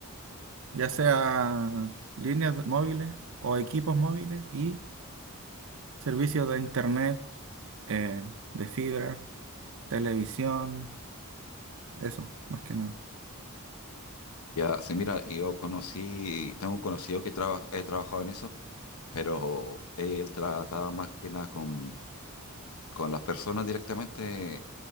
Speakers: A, on the right; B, on the left.
A: ya sea líneas de- móviles o equipos móviles y servicios de internet, eh, de fibra, televisión, eso, más que nada.
B: Ya, sí, mira, yo conocí, tengo un conocido que traba- he trabajado en eso, pero él trataba más que nada con, con las personas directamente,